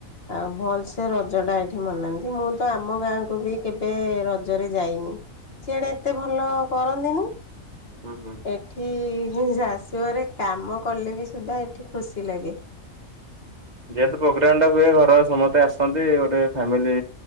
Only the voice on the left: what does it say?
ଆଉ ଭଲ ସେେ ରଜଟା ଏଠି ମନାନ୍ତି ମୁଁ ତ ଆମ ଗାଁକୁ ବି କେବେ ରଜରେ ଯାଇନି। ସିଆଡ଼େ ଏତେ ଭଲ କରନ୍ତିନି।
ଏଠି ଶାଶୁଘରେ କାମ କଲେ ବି ସୁଦ୍ଧା ଏଠି ଖୁସି ଲାଗେ।